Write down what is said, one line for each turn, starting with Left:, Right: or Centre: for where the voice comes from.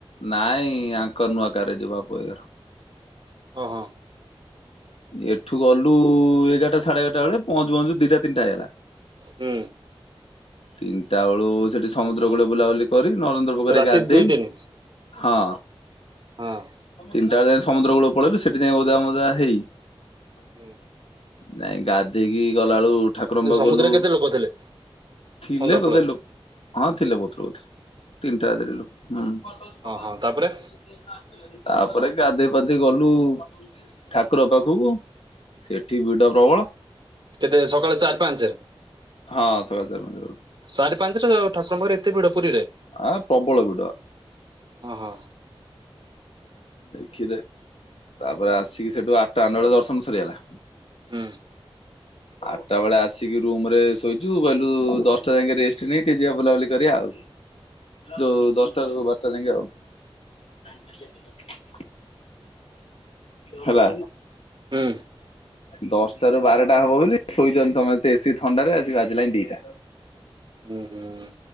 Left: ନାଇଁ ଆଙ୍କ ନୂଆ କାରେ ଯିବା ପୟର।
Right: ହଁ ହଁ।
Left: ଏଠୁ ଗଲୁ ଏଗାରଟା ସାଢେ ଏଗାରଟା ବେଳେ ପହଞ୍ଚୁ ପହଞ୍ଚୁ ଦିଟା ତିନିଟା ହେଇଗଲା।
Right: ହୁଁ।
Left: ତିନିଟା ବେଳୁ ସେଠି ସମୁଦ୍ରକୂଳେ ବୁଲାବୁଲି କରି ନରେନ୍ଦ୍ର ପୋଖରୀରେ
Right: ରାତି
Left: ଗାଧେଇ,
Right: ଦୁଇ ତିନି
Left: ହଁ।
Right: ହଁ।
Left: ତିନିଟା ବେଳେ ସମୁଦ୍ର କୂଳ କୁ ପଳେଇଲୁ ସେଠି ଯାଇଁ ଓଦା ମଦା ହେଇ
Right: ହୁଁ।
Left: ଯାଇଁ ଗାଧେଇକି ଗଲାବେଳୁ ଠାକୁରଙ୍କ ପାକୁ
Right: ସମୁଦ୍ରରେ
Left: ଗଲୁ,
Right: କେତେ ଲୋକ ଥିଲେ
Left: ଥିଲେ
Right: ସମୁଦ୍ର
Left: ତଥାପି
Right: କୂଳରେ?
Left: ଲୋକ, ହଁ ଥିଲେ ବୋହୁତ୍ ଲୋକ ଥିଲେ। ତିନଟା ରାତିରେ ଲୋକ, ହୁଁ।
Right: ହଁ ହଁ ତାପରେ
Left: ତାପରେ ଗାଧେଇ ଫାଧେଇ ଗଲୁ ଠାକୁର ପାଖକୁ ସେଠି ଭିଡ଼ ପ୍ରବଳ।
Right: କେତେ ସକାଳେ ଚାରି ପାଞ୍ଚେ?
Left: ହଁ ସକାଳ ଚାରି ପାଞ୍ଚଟା ବେଳୁ।
Right: ଚାରି ପାଞ୍ଚ ରେ ଠାକୁରଙ୍କ ପାଖରେ ଏତେ ଭିଡ଼ ପୁରୀରେ?
Left: ଆ ପ୍ରବଳ ଭିଡ଼।
Right: ଅହୋ।
Left: ଦେଖି ଦେ ତାପରେ ଆସିକି ସେଠୁ ଆଟା ନଅଟା ବେଳ ଦର୍ଶନ ସରିଗଲା।
Right: ହୁଁ।
Left: ଆଠଟା ବେଳେ ଆସିକି ରୁମ୍ ରେ ଶୋଇଚୁ ଗଲୁ ଦଶଟା ଯାଇକି ରେଷ୍ଟ ନେଇ ଟିକେ ଯିବା ବୁଲାବୁଲି କରିବା ଆଉ। ଯୋଉ ଦଶଟାରୁ ବାରଟା ଯାକେ ଆଉ। କ ସେଥିଲା <unintelligible> ହେଲା।
Right: ହୁଁ
Left: ଦଶଟା ରୁ ବାରଟା ହବ ବୋଲି ଶୋଇଛନ୍ତି ସମସ୍ତେ ଏସି ଥଣ୍ଡାରେ ଆସି ବାଜିଲାଣି ଦିଟା।
Right: ହୁଁ ହୁଁ